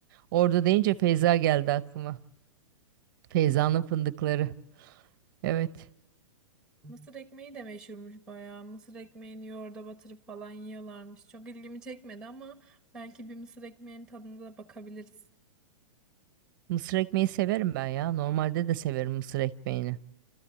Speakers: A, on the right; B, in the centre.
A: Orada deyince Feyza geldi aklıma. Feyza'nın fındıkları. Evet.
B: Mısır ekmeği de meşhurmuş bayağı. Mısır ekmeğini yoğurda batırıp falan yiyorlarmış. Çok ilgimi çekmedi ama belki bir mısır ekmeğinin tadına da bakabiliriz.
A: Mısır ekmeği severim ben ya. Normalde de severim mısır ekmeğini.